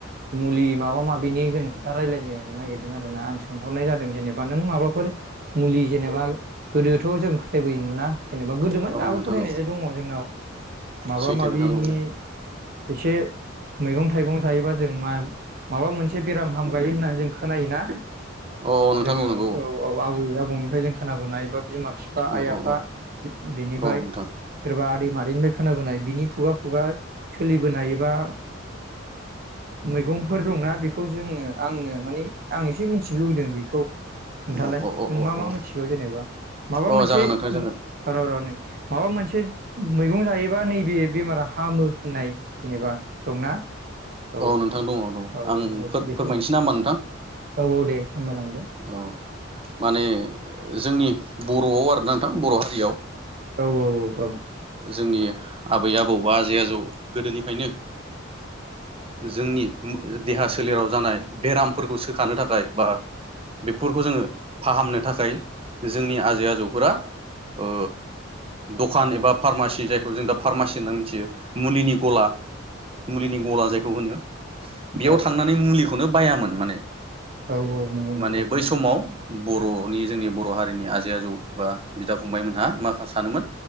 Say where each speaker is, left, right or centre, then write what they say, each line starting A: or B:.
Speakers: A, on the right; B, on the right.
A: मुलि माबा माबि बिनि जों खोथा रायलायनो नागिरदों आरोना आं सोंहरनाय जादों जेनेबा नों माबाफोर मुलि जेनेबा गोदोथ' जों फोथायबोयोमोन ना जेनेबा गोदोममोन
B: औ
A: दाबो
B: औ नोंथां
A: फोथायनायजों
B: औ
A: दङ जोंनाव माबा
B: सैथो
A: माबिनि
B: नोंथां औ दे
A: एसे मैगं थाइगं जायोबा जों मा माबा मोनसे बेराम हामगायो होननानै जों खोनायोना?
B: औ औ नोंथां
A: जोङो
B: नंगौ
A: औ औ आबै आबौ आबौनिफ्राय जों खोनाबोनाय बा बिमा बिफा
B: औ
A: आइ
B: औ
A: आफा
B: औ
A: बिनिफ्राय
B: औ नोंथां
A: सोरबा आदै मादैनिफ्राय खोनाबोनाय बिनि खुगा खुगा सोलिबोनायबा मैगंफोर दंना बेखौ जोंनो आंनो माने आं एसे मिथिनो लुुबैदों। खौ खोन्थालाय
B: औ औ
A: नों
B: औ
A: मा मा
B: औ
A: मिथिगौ जेनेबा माबा
B: औ
A: मोनसे
B: जागोन नोंथां जागोन
A: र' र' नै माबा मोनसे से मैगं जायोबा नैबे बेमारा हामो होननाय जेनेबा दंना? औ
B: नोंथां दङ दङ
A: औ औ
B: आं
A: औ बेखौ
B: फोरमायनोसै
A: औ
B: ना होमबा नोंथां
A: औ दे फोरमायलांदो।
B: औ माने जोंनि बर'आव आरो ना नोंथां बर' हारियाव
A: औ औ औ
B: जोंनि आबै आबौ बा आजै आजौ गोदोनिफ्रायनो जोंनि देहा सोलेराव जानाय बेरामफोरखौ सोखानो थाखाय बा बेफोरखौ जोङो फाहामनो थाखाय जोंनि आजै आजौफोरा ओ दखान एबा फार्मासि जायखौ जों दा फार्मासि होनना मिथियो मुलिनि गला मुलिनि गला जायखौ होनो बेयाव
A: औ
B: थांनानै मुलिखौनो बायामोन माने
A: औ औ नंगौ नंगौ
B: माने बै समाव बर'नि जोंनि बर' हारिनि आजै आजौ बा बिदा फंबाय मोनहा माखा सानोमोन